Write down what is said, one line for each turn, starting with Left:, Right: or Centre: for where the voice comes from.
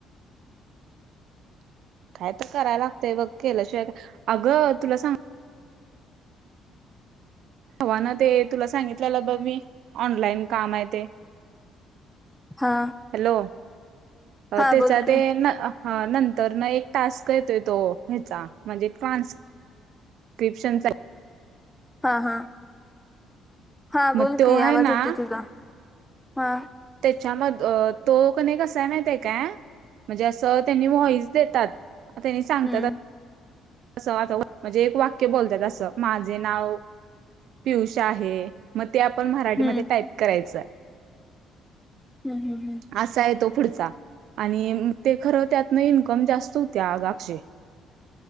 Right: काय तर कराय लागतय बघ केल्याशिवाय काय अगं तुला सांग ते ना ते तुला सांगितलेलं बघ मी ऑनलाईन काम आहे ते.
Centre: हा
Right: हॅलो,
Centre: हा
Right: त्याचा
Centre: बोल की
Right: ते ना. हा नंतर ना एक टास्क येतोय तो, ह्याचा म्हणजे ट्रान्स <unintelligible> जय
Centre: हा हा हा,
Right: मग
Centre: बोल
Right: तो
Centre: की
Right: आहे
Centre: आवाज
Right: ना
Centre: येतोय तुझा हा
Right: त्याच्या मध तो कनी कस हाय माहीत आहे काय,, म्हणजे, असं त्यांनी वॉईस देतात? त्यांनी सांगतात.
Centre: हम्म
Right: आता म्हणजे, एक वाक्य बोलत्यात असं माझे नाव पियुष आहे. मग ते, आपण मराठीमध्ये
Centre: हम्म
Right: टाईप करायचं आहे.
Centre: हम्म हम्म ह
Right: असा आहे तो पुढचा, आणि ते खरं त्यातनं इन्कम जास्त होतय आग अक्षे